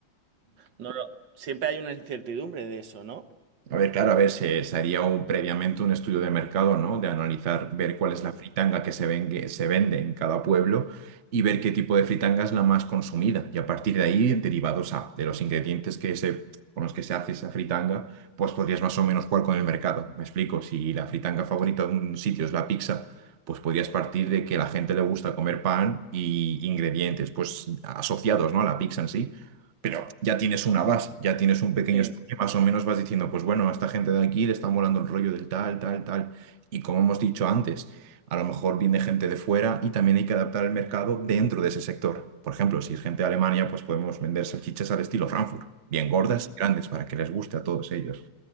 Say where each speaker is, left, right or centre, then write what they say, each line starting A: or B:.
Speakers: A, on the right; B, on the right.
A: No, lo- siempre hay una incertidumbre de eso, ¿no?
B: A ver, claro, a ver, se, se haría un, previamente un estudio de mercado, ¿no? De analizar, ver cuál es
A: Claro.
B: la fritanga que se, vengue- se vende en cada pueblo y ver qué tipo de fritanga es la más consumida. Y a partir de ahí, derivados a, de los ingredientes que se, con los que se hace esa fritanga, pues podrías más o menos jugar con el mercado. Me explico, si la fritanga favorita de un sitio es la pizza, pues podrías partir de que a la gente le gusta comer pan y ingredientes, pues asociados, ¿no? A la pizza en sí pero ya tienes una base, ya tienes un pequeño
A: Sí.
B: estudio, más o menos vas diciendo, pues bueno, a esta gente de aquí le está molando el rollo del tal, tal, tal. Y como hemos dicho antes, a lo mejor viene gente de fuera y también hay que adaptar el mercado dentro de ese sector. Por ejemplo, si es gente de Alemania, pues podemos vender salchichas al estilo Frankfurt, bien gordas
A: Mm,
B: y grandes para que les guste a todos ellos.